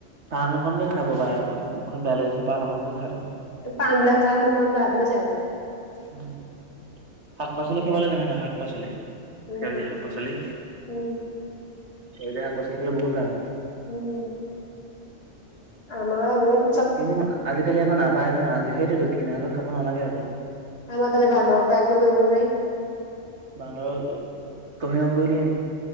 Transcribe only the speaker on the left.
পান বিলাক খাই মুখ খন দাঠ হৈ যায়।
উম
উম
উম আমাৰ অলপ।
আমাৰ ফালে বান্দৰ পৰা একো কৰিব নোৱাৰি।